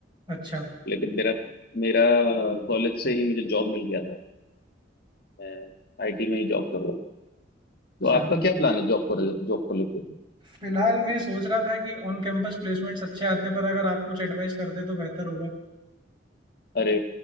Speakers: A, on the right; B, on the left.
A: अच्छा
B: लेकिन मेरा मेरा कॉलेज से ही मुझे जॉब मिल गया था मैं आईटी में ही जॉब कर रहा हूँ
A: अच्छा
B: तो आपका क्या प्लान है जॉब को जॉब को लेकर
A: फिलहाल मैं सोच रहा था कि ऑन कैंपस प्लेसमेंट्स अच्छे आते पर अगर आप कुछ एडवाइस करते तो बेहतर होगा
B: अरे